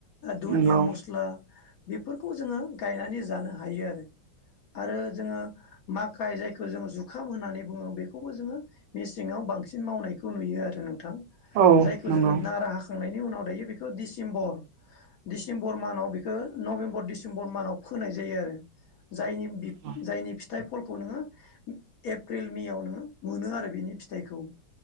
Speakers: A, on the left (about 60°); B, on the right (about 75°).
A: दुनदिया
B: नंगौ
A: मटर मस्ला बेफोरखौ जोङो गायनानै जानो हायो आरो आरो जोङो माखाय जायखौ जोङो जुखाम होननानै बुङो बेखौबो जोङो मेसेङाव बांसिन मावनायखौ नुयो आरो नोंथां
B: औ
A: जायखौ
B: नंगौ
A: जोङो नारा हाखांनायनि उनाव दायो बेखौ डिसेम्बर दिसेम्बर बर मानाव बेखौ नभेम्बर डिसेम्बर मानाव फोनाय जायो आरो जायनि बि
B: औ
A: जायनि फिथाइ फलखौ नोङो एप्रिल मेव नोङो मोनो आरो बिनि फिथाइखौ